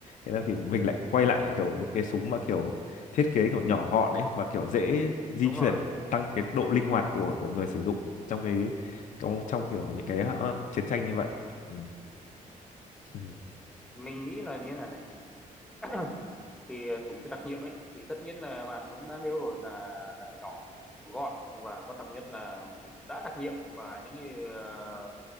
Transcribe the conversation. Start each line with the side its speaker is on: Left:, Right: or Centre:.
Left: thế là kiểu mình lại quay lại kiểu những cái súng mà kiểu thiết kế kiểu nhỏ gọn ấy và kiểu dễ di
Centre: đúng
Left: chuyển
Centre: rồi
Left: tăng cái độ linh hoạt
Centre: đúng rồi
Left: của của người sử dụng trong cái trong trong kiểu những cái ờ, chiến tranh như vậy ừ. <laughs>
Centre: mình nghĩ là như là này <coughs> <clears throat> thì súng cái đặc nhiệm ấy thì tất nhiên là bạn cũng đã nêu rồi là là nhỏ gọn và quan trọng nhất là đã đặc nhiệm và những cái ờ,